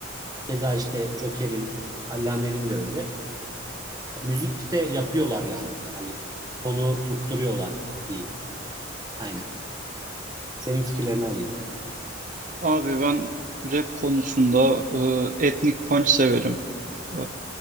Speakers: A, on the right; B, on the right.
A: keza işte Joker'in, Allame'nin de öyle. Müzikte yapıyorlar yani onlar. Hani tonu tutturuyorlar diyeyim. Aynen. Senin fikirlerini alayım.
B: Abi ben rap konusunda e, etnik punch severim. E,